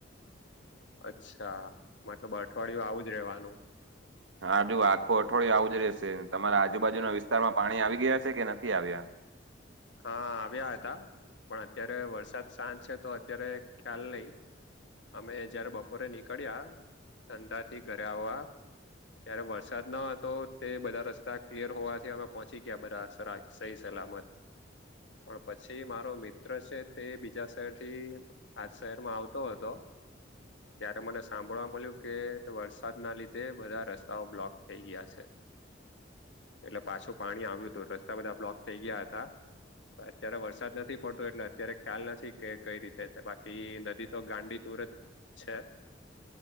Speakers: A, on the left (about 70°); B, on the right (about 80°).
A: અચ્છા મતલબ અઠવાડિયું આવુંજ રેવાનું
B: હાજ આખું અઠવાડિયુ આવું જ રહેશે તમારા આજુબાજુના વિસ્તારમાં પાણી આવી ગયા છે કે નથી આવ્યા
A: હા આવ્યા હતા પણ અત્યારે વરસાદ શાંત છે તો અત્યારે ખ્યાલ નહી અમે જયારે બપોરે નીકળ્યા ધંધા થી ઘરે આવવા તય્યારે વરસાદ ન હતો તે બધા રસ્તા ક્લિયર હોવાથી અમે પહોંચી ગયા બધા સ સહી સલામત પણ પછી મારો મિત્ર છે તે બીજા શહેરથી આજ શહેરમાં આવતો હતો ત્યારે મને સાંભળવા મળ્યું કે વરસાદના લીધે બધા રસ્તાઓ બ્લોક થઈ ગયા છે એટલે પાછું પાણી આવ્યું હતું રસ્તા બધા બ્લોક થઈ ગયા હતા અત્યારે વરસાદ નથી પડતો એટલે અત્યારે ખ્યાલ નથી કે કઈ રીતે છે બાકી નદી તો ગાંડી તુર જ છે